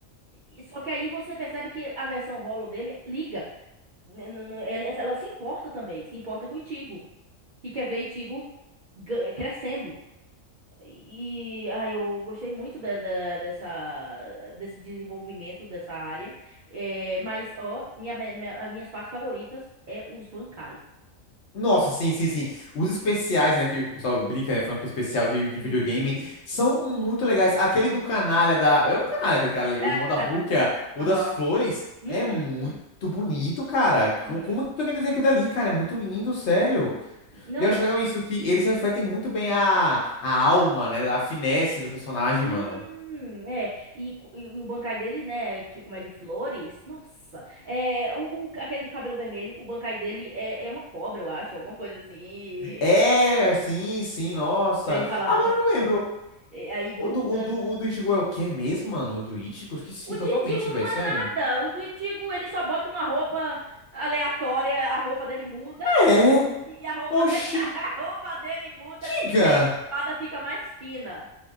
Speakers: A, on the right; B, on the left.
A: E- Só que aí você percebe que a versão Hollow dele liga. N- n- n- ele- Ela se importa também. Se importa com o Ichigo. Que quer ver Ichigo ga- crescendo. E ah, eu gostei muito da- da- dessa, desse desenvolvimento dessa área. É, mas, ó, minha, minha- minha- as minhas partes favoritas é os bancai.
B: Nossa, sim, sim, sim. Os especiais, né, que o pessoal brinca, né, falando que é especial de, de
A: Uhum.
B: videogame, são
A: Hum. <laughs>
B: muito legais. Aquele do canalha da... É um canalha aquele cara ali,
A: É,
B: o irmão da Rukia, o
A: aham.
B: das flores,
A: Hum,
B: é muito bonito, cara.
A: uhum,
B: Como, como que alguém desenha aquilo dali, cara? É muito lindo, sério.
A: uhum. Não,
B: Eu acho legal
A: é,
B: isso, que eles refletem muito bem a, a alma, né, a finesse do personagem,
A: hum,
B: mano.
A: é, e, co- e o bancai dele, né, que é como é de flores, nossa, é, o, o- aquele de cabelo vermelho, o bancai dele é, é uma cobra, eu acho, alguma coisa assim, e-
B: É, sim, sim, nossa.
A: é, ele fala
B: Agora eu não lembro.
A: E Aí gruda.
B: O do, o do, o do Ichigo é o quê mesmo, mano? O do Ichigo? Esqueci
A: O
B: totalmente,
A: de Itigo
B: velho,
A: não
B: sério.
A: é nada. O do Itigo, ele só bota uma roupa aleatória, a roupa dele muda,
B: É.
A: e a roupa
B: Oxi,
A: dele, <laughs> a roupa dele muda,
B: diga!
A: e a espada fica mais fina.